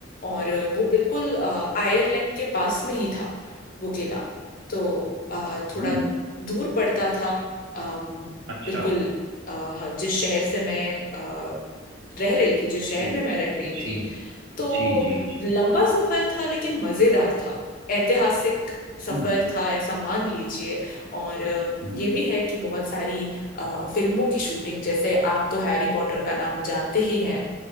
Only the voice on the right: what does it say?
हम्म
अच्छा
जी
जी
जी जी जी
हम्म
हम्म।